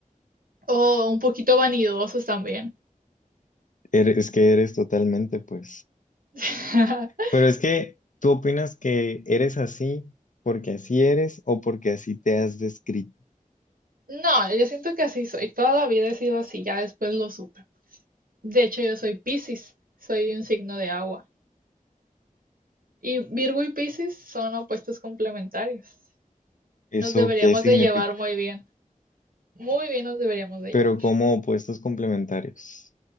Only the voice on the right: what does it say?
o un poquito vanidosos también.
<laughs>
No, yo siento que así soy. Toda la vida he sido así, ya después lo supe. De hecho, yo soy Piscis, soy un signo de agua. Y Virgo y Piscis son opuestos complementarios.
Nos deberíamos
de llevar muy bien. Muy bien nos deberíamos de
llevar.